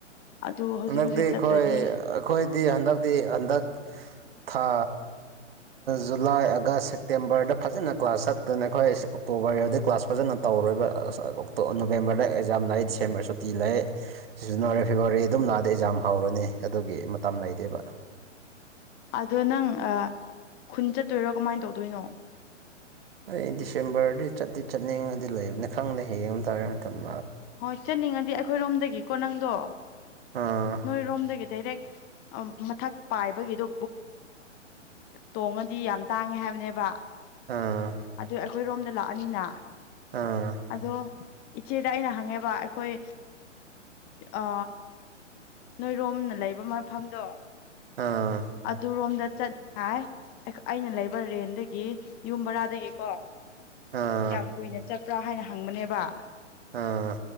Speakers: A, on the left; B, on the right.
A: ꯑꯗꯨ ꯍꯧꯖꯤꯛ
B: ꯍꯟꯗꯛꯇꯤ
A: ꯍꯧꯖꯤꯛ
B: ꯑꯩꯈꯣꯏ
A: ꯆꯠꯇ꯭ꯔꯗꯤ
B: ꯑꯩꯈꯣꯏꯗꯤ ꯍꯟꯗꯛꯇꯤ ꯍꯟꯗꯛ ꯊꯥ ꯖꯨꯂꯥꯏ ꯑꯥꯒꯁ ꯁꯦꯞꯇꯦꯝꯕꯔꯗ ꯐꯖꯅ ꯀ꯭ꯂꯥꯁ ꯆꯠꯀꯅ ꯑꯩꯈꯣꯏ ꯑꯣꯛꯇꯣꯕꯔ ꯋꯥꯔꯤ ꯋꯥꯗꯤꯩ ꯀ꯭ꯂꯥꯁ ꯐꯖꯅ ꯇꯧꯔꯣꯏꯕ ꯅꯣꯕꯦꯝꯕꯔꯗ ꯑꯦꯛꯖꯥꯝ ꯂꯩ ꯗꯤꯁꯦꯝꯕꯔ ꯁꯨꯇꯤ ꯂꯩ ꯖꯅꯋꯥꯔꯤ ꯐꯦꯕꯋꯥꯔꯤ ꯑꯗꯨꯝ ꯂꯥꯛꯑꯗ ꯑꯦꯛꯖꯥꯝ ꯐ ꯍꯧꯔꯅꯤ ꯑꯗꯨꯒꯤ ꯃꯇꯝ ꯂꯩꯇꯦꯕ
A: ꯑꯗꯣ ꯅꯪ ꯈꯨꯟ ꯆꯠꯇꯣꯏꯔꯣ ꯀꯃꯥꯏꯅ ꯇꯧꯗꯣꯏꯅꯣ
B: ꯑꯩ ꯗꯤꯁꯦꯝꯕꯔꯗꯤ ꯆꯠꯇꯤ ꯆꯠꯅꯤꯡꯉꯗꯤ ꯂꯩꯕꯅꯦ ꯈꯪꯗꯦ ꯍꯡꯉꯕ ꯇꯥꯔ ꯃꯇꯝꯗ
A: ꯍꯣꯏ ꯆꯠꯅꯤꯡꯉꯗꯤ ꯑꯩꯈꯣꯏꯔꯣꯝꯗꯒꯤꯀꯣ ꯅꯪꯗꯣ
B: ꯑꯥ
A: ꯅꯣꯏꯔꯣꯝꯗꯒꯤ ꯗꯥꯏꯔꯦꯛ ꯃꯊꯛ ꯄꯥꯏꯕꯒꯤꯗꯣ ꯇꯣꯡꯉꯗꯤ ꯌꯥꯝ ꯇꯥꯡꯉꯦ ꯍꯥꯏꯕꯅꯦꯕ
B: ꯑꯥ
A: ꯑꯗꯨ ꯑꯩꯈꯣꯏ ꯔꯣꯝꯗ ꯂꯥꯛꯑꯅꯤꯅ
B: ꯑꯥ
A: ꯑꯗꯣ ꯏꯆꯦꯗ ꯑꯩꯅ ꯍꯪꯉꯦꯕ ꯑꯩꯈꯣꯏ ꯑ ꯅꯣꯏꯔꯣꯝꯅ ꯂꯩꯕ ꯃꯐꯝꯗꯣ
B: ꯑꯥ
A: ꯑꯗꯨ ꯔꯣꯝꯗ ꯆꯠꯅꯤꯡꯉꯥꯏ ꯑꯩꯅ ꯂꯩꯕ ꯔꯦꯟꯗꯒꯤ ꯌꯨꯝ ꯕꯔꯥꯗꯒꯤꯀꯣ
B: ꯑꯥ
A: ꯀꯌꯥꯝ ꯀꯨꯏꯅ ꯆꯠꯄ꯭ꯔꯥ ꯍꯥꯏꯅ ꯍꯪꯕꯅꯦꯕ
B: ꯑꯥ